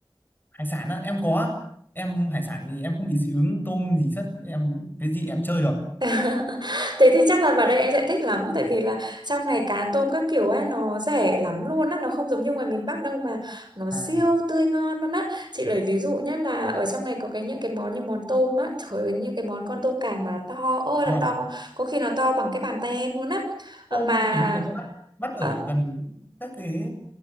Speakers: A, on the left (about 20°); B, on the right (about 50°).
A: Hải sản á, em có á. Em hải sản thì em không bị dị ứng tôm gì hết, em cái gì em chơi rồi.
B: <laughs> Thế thì chắc là vào đây em sẽ thích lắm tại vì là trong này cá tôm các kiểu ấy nó rẻ lắm luôn á nó không giống như ngoài miền Bắc đâu mà nó siêu
A: À
B: tươi ngon luôn á chị lấy ví dụ nhé là ở trong này có cái những cái món như món tôm á trời ơi, những cái món con tôm càng mà to ôi là
A: vâng,
B: to có, có khi nó to bằng cái bàn tay em luôn á Ờ,
A: tôm
B: mà
A: kiểu như người ta bắt bắt ở
B: ờ,
A: gần các cái